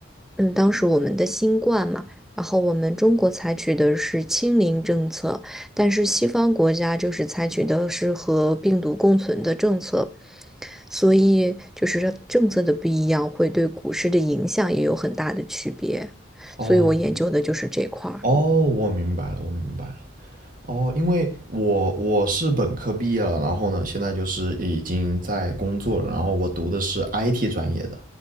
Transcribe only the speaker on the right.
哦
哦，我明白了，我明白了。哦，因为我我是本科毕业了，然后呢，现在就是已经在工作了，然后我读的是 IT 专业的，